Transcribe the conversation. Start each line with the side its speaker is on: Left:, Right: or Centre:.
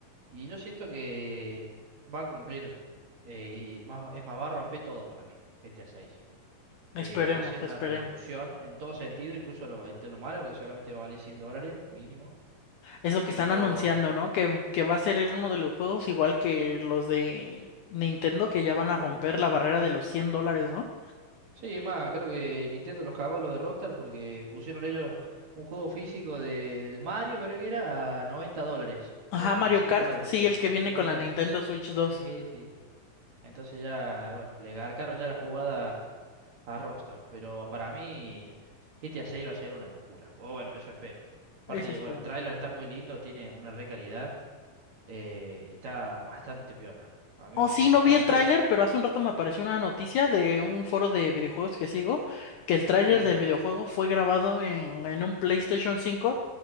Right: Y yo siento que va a cumplir, eh, y más, es más, va a romper todo para mí, GTA 6. va
Left: Esperemos,
Right: a ser una
Left: esperemos.
Right: revolución en todo sentido, incluso lo, este, lo malo, porque seguramente va a valer 100 dólares mínimo.
Left: Eso que
Right: Pero.
Left: están anunciando, ¿no? Que, que va a ser uno de los juegos igual que los de Nintendo, que ya van a
Right: Oh.
Left: romper la barrera de los 100 dólares, ¿no?
Right: Sí, es más, creo que Nintendo los cagó a lo de Rockstar porque pusieron ellos un juego físico de, del Mario, creo que era, a 90 dólares
Left: Ajá,
Right: o
Left: Mario
Right: 100
Left: Kart,
Right: dólares
Left: sí,
Right: por ahí.
Left: el que viene
Right: De Mario
Left: con la
Right: Kart.
Left: Nintendo Switch 2.
Right: Sí, sí. Entonces ya, bueno, le garcaron ya la jugada a Rockstar. Pero para mí, GTA 6 va a ser una locura. O bueno, eso espero. Aparte,
Left: Ese es
Right: bueno,
Left: para
Right: el
Left: mí.
Right: tráiler está muy lindo, tiene una re calidad eh, y está bastante piola. A mí
Left: Oh,
Right: me gusta
Left: sí, no
Right: bastante.
Left: vi el tráiler, pero hace un rato me apareció una noticia de un foro de videojuegos que sigo, que el tráiler
Right: Sí,
Left: del videojuego fue grabado en, en un PlayStation 5